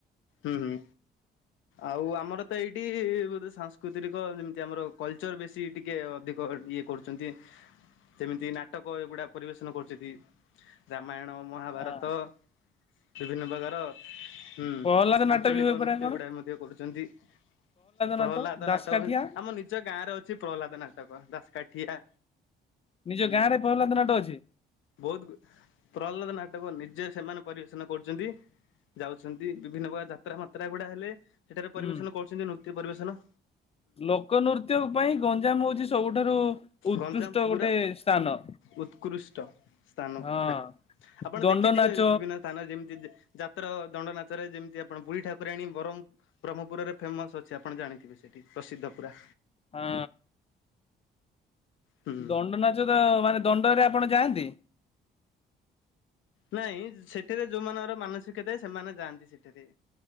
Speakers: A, on the left; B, on the left.
A: ହୁଁ ହୁଁ। ଆଉ ଆମର ତ ଏଇଠି ବୋଧେ ସାଂସ୍କୃତିକ ଯେମିତି ଆମର କଲ୍ ଚର ବେଶୀ ଟିକେ ଅଧିକ ଇଏ କରୁଛନ୍ତି। ସେମିତି ନାଟକ ଏଗୁଡା ପରିବେଷଣ କରୁଛନ୍ତି। ରାମାୟଣ ମହାଭାରତ
B: ହଁ।
A: ବିଭିନ୍ନ ପ୍ରକାର। ହୁଁ
B: ପ୍ରହ୍ଲାଦ ନାଟ
A: ଆଞ୍ଚଳିକ
B: ବି ହୁଏ ପରା
A: ନୃତ୍ୟ
B: କଣ
A: ଗୁଡା ମଧ୍ୟ କରୁଛନ୍ତି। ପ୍ରହ୍ଲାଦ
B: ନାଟ ଦାସକାଠିଆ
A: ନାଟକ ଆମ ନିଜ ଗାଁରେ ଅଛି ପ୍ରହ୍ଲାଦ ନାଟକ ଦାସକାଠିଆ।
B: ନିଜ
A: ହୁଁ।
B: ଗାଁରେ ପହଲାନ୍ତ ନାଟ ଅଛି।
A: ବହୁତ ପ୍ରହ୍ଲାଦ ନାଟକ ନିଜେ ସେମାନେ ପରିବେଷଣ କରୁଛନ୍ତି। ଯାଉଛନ୍ତି ବିଭିନ୍ନ ପ୍ରକାର ଯାତ୍ରା ମାତ୍ରା ଗୁଡା ହେଲେ ସେଠାରେ
B: ହୁଁ
A: ପରିବେଷନ କରୁଛନ୍ତି ନୃତ୍ୟ ପରିବେଷନ।
B: ଲୋକ ନୃତ୍ୟ ପାଇଁ ଗଞ୍ଜାମ ହଉଛି ସବୁଠାରୁ ଉତ୍କୃଷ୍ଟ
A: ଗଞ୍ଜାମ ପୁରା
B: ଗୋଟେ ସ୍ଥାନ।
A: ଉତ୍କୃଷ୍ଟ ସ୍ଥାନ
B: ହଁ
A: ପୁରା ଆପଣ
B: ଦଣ୍ଡ
A: ଦେଖିଥିବେ
B: ନାଚ
A: ବିଭିନ୍ନ ସ୍ଥାନ ଯେମିତି ଯାତ୍ର ଦଣ୍ଡ ନାଚରେ ଯେମିତି ଆପଣ ବୁଢୀ ଠାକୁରାଣୀ ବରମ ବ୍ରହ୍ମପୁରରେ ଫେମସ୍ ଅଛି ଆପଣ ଜାଣିଥିବେ ସେଇଠି ପ୍ରସିଦ୍ଧ ପୁରା।
B: ହଁ।
A: ହୁଁ।
B: ଦଣ୍ଡନାଚ ତ ମାନେ ଦଣ୍ଡରେ ଆପଣ ଯାଆନ୍ତି?
A: ନାଇଁ ସେଠିରେ ଯୋଉମାନଙ୍କର ମାନସିକ ଥାଏ ସେମାନେ ଯାଆନ୍ତି ସେଠାରେ।